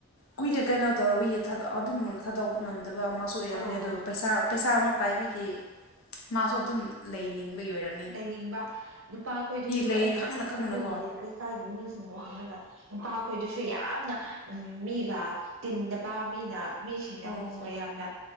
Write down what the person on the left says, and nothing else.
ꯀꯨꯏꯅ ꯀꯩꯅꯣ ꯇꯧꯔꯕꯒꯤ ꯑꯗꯨꯝ ꯊꯥꯗꯣꯛ ꯉꯝꯗꯕ ꯑꯃꯁꯨ ꯑꯣꯏꯔꯝꯃꯦ
ꯑꯗꯣ ꯄꯩꯁꯥ ꯄꯩꯁꯥ ꯑꯃ ꯄꯥꯏꯕꯒꯤ ꯃꯥꯁꯨ ꯑꯗꯨꯝ ꯂꯩꯅꯤꯡꯕꯒꯤ ꯑꯣꯏꯔꯝ
ꯂꯩꯌꯦ
ꯈꯪꯅ ꯈꯪꯅꯀꯣ
ꯑꯣ